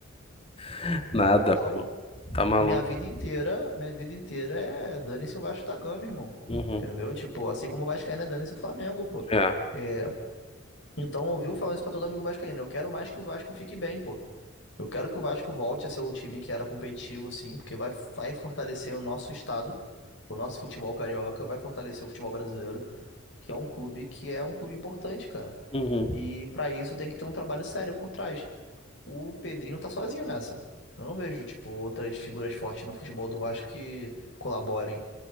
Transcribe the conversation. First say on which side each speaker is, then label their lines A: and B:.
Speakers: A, on the left; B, on the left.
A: <laughs> Nada,
B: Não.
A: pô. Tá maluco.
B: Minha vida inteira, minha vida inteira é dane-se o Vasco da Gama, irmão.
A: Uhum.
B: Entendeu? Tipo, assim como o Vascaíno é dane-se o Flamengo, pô.
A: É.
B: É, Então, eu ouviu falando isso pra todo amigo vascaíno. Eu quero mais que o Vasco fique bem, pô. Eu quero que o Vasco volte a ser o time que era competitivo, sim, porque vai, vai fortalecer o nosso estado, o nosso futebol carioca, vai fortalecer o futebol brasileiro, que é um clube que é um clube importante, cara.
A: Uhum.
B: E pra isso tem que ter um trabalho sério por trás. O Pedrinho tá sozinho nessa. Eu não vejo, tipo, outras figuras fortes no futebol do Vasco que colaborem,